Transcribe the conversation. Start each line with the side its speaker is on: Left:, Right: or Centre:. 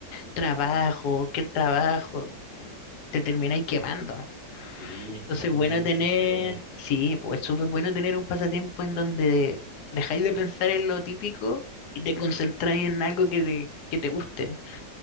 Left: trabajo, que el trabajo, mm, te termináis quemando.
Right: Sí,
Left: Entonces,
Right: se acumula
Left: bueno
Right: mucho
Left: tener,
Right: estrés,
Left: sí, pues súper bueno tener un pasatiempo en donde dejáis de pensar en lo típico y te concentráis en algo que te, que te guste.